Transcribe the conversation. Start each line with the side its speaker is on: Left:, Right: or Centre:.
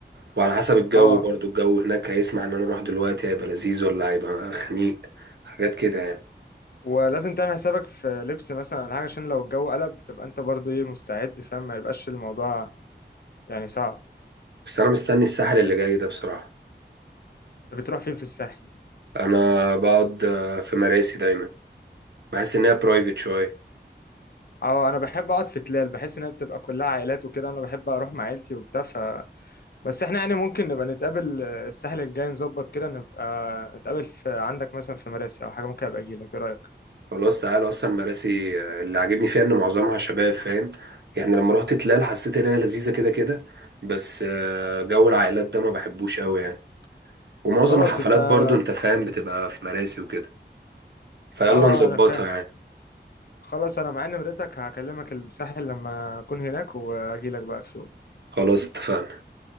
Right: وعلى حسب الجو
Left: اه
Right: برضو الجو هناك هيسمح ان انا اروح دلوقتي هيبقى لذيذ ولا هيبقى خنيق حاجات كده يعني
Left: ولازم تعمل حسابك في لبس مثلا ولا حاجة عشان لو الجو قلب تبقى انت برضو ايه مستعد فاهم ما يبقاش الموضوع يعني صعب
Right: بس انا مستني الساحل اللي جاي ده بصراحة
Left: انت بتروح فين في الساحل
Right: انا بقعد آه، في مراسي دايما بحس ان هي برايفت شويه
Left: اه انا بحب اقعد في تلال بحس ان هي بتبقى كلها عائلات وكده انا بحب اروح مع عيلتي وبتاع بس احنا يعني ممكن نبقى نتقابل آه، الساحل الجاي نظبط كده نبقى نتقابل في عندك مثلا في مراسي او حاجه ممكن ابقى اجي لك ايه رايك
Right: خلاص تعالى اصلا مراسي آه، اللي عاجبني فيها ان معظمها شباب فاهم يعني لما رحت تلال حسيت ان هي لذيذه كده كده بس آه، جو العائلات ده ما بحبوش قوي يعني ومعظم
Left: خلاص
Right: الحفلات
Left: انت اه
Right: برضو انت فاهم بتبقى في مراسي وكده فيلا
Left: آه،
Right: نظبطها
Left: انا فاهم
Right: يعني
Left: خلاص انا معايا نمرتك هكلمك الساحل لما اكون هناك واجي لك بقى في يوم
Right: خلاص اتفقنا